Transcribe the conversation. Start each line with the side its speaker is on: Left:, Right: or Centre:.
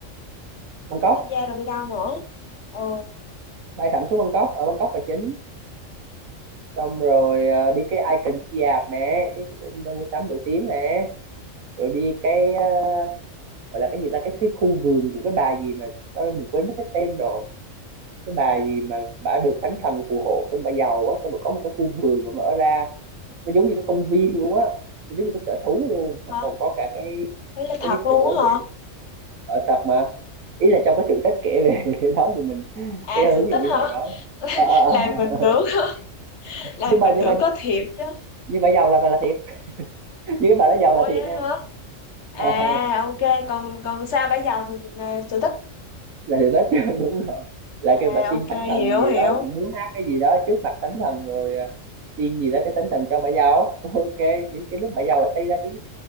Right: Bangkok
Left: Pattaya rồi đi đâu nữa ừ
Right: bay thẳng xuống Bangkok ở Bangkok là chính xong rồi ờ, đi cái Icon Siam nè cái, cái chỗ trung tâm mua sắm nổi tiếng nè rồi đi cái ờ, gọi là cái gì ta cái, cái khu vườn của cái bà gì mà đó mình quên mất cái tên rồi cái bà gì mà bà được thánh thần phù hộ xong bà giàu á xong bà có một cái khu vườn mà mở ra nó giống như cái công viên luôn á nó giống như cái sở thú luôn
Left: hả
Right: nó còn có cả cái
Left: đấy là
Right: cái
Left: thật
Right: cái
Left: luôn
Right: chỗ
Left: á
Right: để
Left: hả
Right: ở thật mà ý là trong cái sự tích kể về <laughs> cái đó thì mình
Left: à
Right: cái hướng
Left: sự
Right: dụ
Left: tích
Right: như
Left: hả
Right: hồi đó Ờ,
Left: <laughs>
Right: ờ,
Left: làm mình
Right: ờ.
Left: tưởng <laughs>
Right: <laughs>
Left: làm
Right: nhưng mà
Left: mình
Right: nhưng
Left: tưởng
Right: mà
Left: có thiệt chứ
Right: nhưng mà giàu là là thiệt <laughs> nhưng cái bà đó giàu
Left: Ủa
Right: là thiệt
Left: vậy
Right: nha
Left: hả? À
Right: Ờ, ờ,
Left: ok, còn còn sao bây giờ thì là sở thích.
Right: là sự tích <laughs> đúng rồi là
Left: À
Right: cái bà tiên
Left: ok,
Right: thánh thần
Left: hiểu
Right: gì
Left: hiểu.
Right: đó cũng muốn hát cái gì đó trước mặt thánh thần rồi ờ, tiên gì đó cái thánh thần cho bà giàu <laughs> ok những cái lúc bà giàu bà xây ra cái